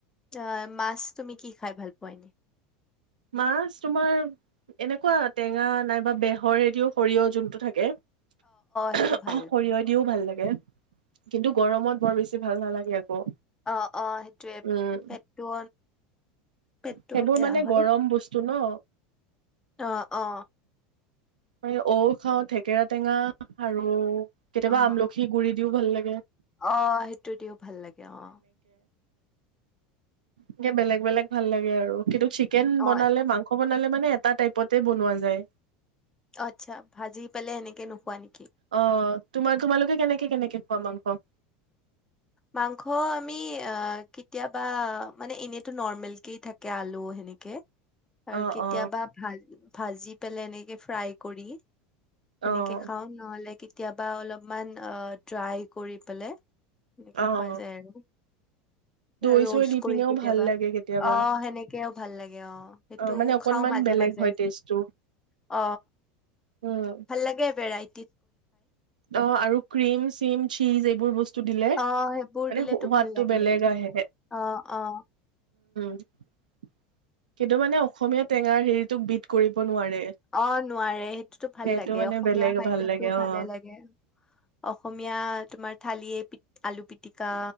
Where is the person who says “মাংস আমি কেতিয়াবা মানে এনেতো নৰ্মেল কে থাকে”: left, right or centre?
Left